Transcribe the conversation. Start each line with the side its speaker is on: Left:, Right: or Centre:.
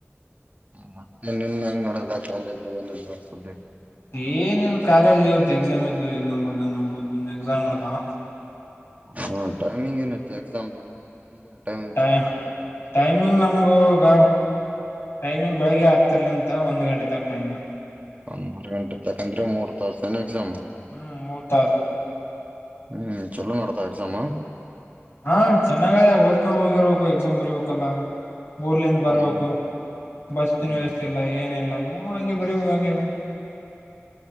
Right: ಮ ಮೊನ್ನನ್ನಂಗ್ ನೋಡದ ಕಾಲೇಜ್ ಬರ್ಸ್ದೆ
Left: ಏನ್ ನಿನ್ ಕಾಲೇಜ್ ಇವತ್ತು ಎಕ್ಸಾಮ್ ಇ ಎಕ್ಸಾಮ್ ಬರ್ದ ನ ಬಂದ ಎಕ್ಸಾಮ್ ಮಾಡ್ದಾವ
Right: ಹಾ ಟೈಮಿಂಗ್ ಏನಿತ್ತು ಎಕ್ಸಾಮ್್ದ ನಿಮ್ದ ನಿ ಟೈಮ್
Left: ಟೈ
Right: ಏನು
Left: ಟೈಮಿಂಗ್ ನಮಗ ಟೈಮಿಂಗ್ ಬೆಳಿಗ್ಗೆ ಹತ್ತರಲಿಂತ ಒಂದು ಗಂಟೆ ತಕ್ ಟೈಮ್ಂಗ್
Right: ಒಂದ್ ಮೂರು ಗಂಟೆ ತಕಂದ್ರೆ ಮೂರ್ ತಾಸು
Left: ಹ್ಮ್ ಮೂರ್ ತಾಸ
Right: ಹೂ ಚಲ್ಲೋ ನೆಡೆದ ಎಕ್ಸಾಮಾ
Left: ಹಾ ಚೆನ್ನಾಗ ಓದ್ಕೊಂಡ್ ಹೋಗಿರ್ಬೇಕು ಎಕ್ಸಾಮ್ ಬರಿಬೇಕಲ್ಲಾ ಊರ್ಲಿಂದ ಬರ್ಬೇಕು
Right: ಹ್ಮ್
Left: ಬಸ್ಿನ
Right: ಹ್ಮ್
Left: ವ್ಯವಸ್ಥೆ ಇಲ್ಲ ಏನಿಲ್ಲ ಹೂ ಬರೀಬೇಕು ಹಾಂಗ್ ಹಾಂಗೆ